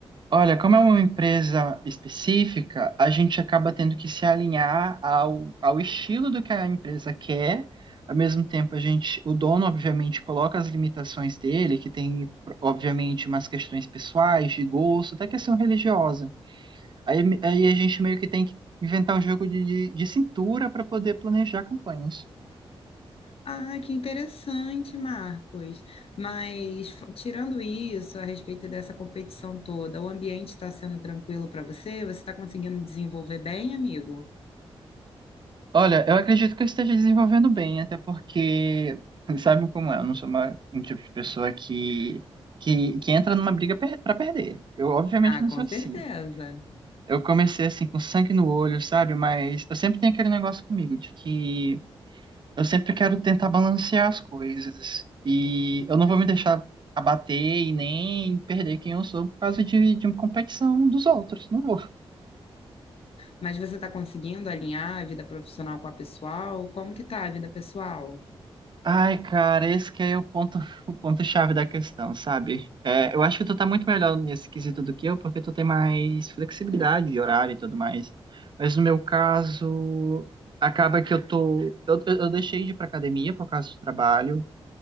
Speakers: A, on the right; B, on the left.
A: Olha, como é uma empresa específica, a gente acaba tendo que se alinhar ao, ao estilo do que a empresa quer. Ao mesmo tempo, a gente, o dono, obviamente, coloca as limitações dele, que tem, obviamente, umas questões pessoais, de gosto, até questão religiosa. Aí, aí a gente meio que tem que inventar um jogo de, de, de cintura para poder planejar campanhas.
B: Ah, que interessante, Marcos. Mas, f- tirando isso, a respeito dessa competição toda, o ambiente está sendo tranquilo para você? Você está conseguindo desenvolver bem, amigo?
A: Olha, eu acredito que eu esteja desenvolvendo bem, até porque, <laughs> sabe como é, eu não sou uma, um tipo de pessoa que, que, que entra numa briga per para perder. Eu, obviamente,
B: Ah,
A: não
B: com
A: sou
B: certeza.
A: assim. Eu comecei, assim, com sangue no olho, sabe? Mas eu sempre tenho aquele negócio comigo de que eu sempre quero tentar balancear as coisas. E eu não vou me deixar abater e nem perder quem eu sou por causa de, de uma competição dos outros. Não vou.
B: Mas você está conseguindo alinhar a vida profissional com a pessoal? Como que tá a vida pessoal?
A: Ai, cara, esse que é o ponto, <laughs> o ponto-chave da questão, sabe? É, eu acho que tu tá muito melhor nesse quesito do que eu, porque tu tem mais flexibilidade de horário e tudo mais. Mas no meu caso, acaba que eu tô. Eu, eu eu deixei de ir pra academia por causa do trabalho.